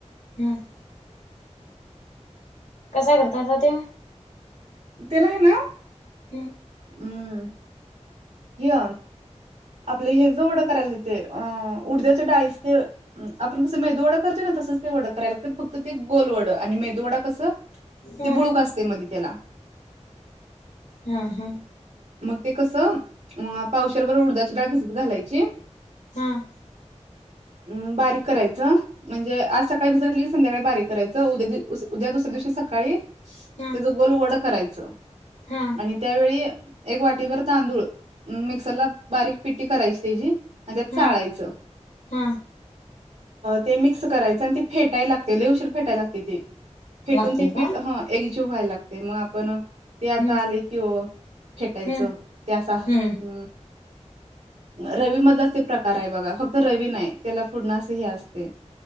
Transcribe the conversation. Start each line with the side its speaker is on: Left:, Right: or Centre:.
Left: हम्म. कसा करतता ते.
Right: तेला आहे ना.
Left: हम्म.
Right: हम् य. आपले हे ज ओढं करायला येते अ उडद्याच्या डाळीस ते आपण कसं मेदू डा. करत ना तसच ते वड कराय लागते फत ते गोल वड आणि मेू वडा. कस ते
Left: ह
Right: बुळूक असते मध्ये त्याला
Left: हम्म हम्म.
Right: मग ते कसं पावशरवर उडदाची डाळ भिजत घालायची.
Left: हमम
Right: अं बारीक करायचं म्हणजे आज सकाळी भिसरली संध्याकाळी बारीक करायचं उद्या उद्या दुसऱ्या दिवशी सकाळी.
Left: ह
Right: त्याच गोल वड करायचं
Left: ह
Right: आणि त्यावेळी. एक वाटी भर तांदूळ मिक्सरला बारीक पिट्टी करायची त्याची. म्हणजत
Left: ह
Right: चाळायचं.
Left: ह
Right: ते मिक्स करायच आणि तेी फेटायला लागते ललेवशीर फेटायला लागते त ते फेटून
Left: लागतय
Right: त पीठ
Left: का
Right: वा्हायला लागते मग आपण ते आता
Left: हम्म
Right: आले कि. ते फेटायचं
Left: हम्म
Right: ते असं
Left: हम्म
Right: रवी मधलाच प्रकार हा कराय बघा फक्त रवी नाही त्याला फुडनास ह असते.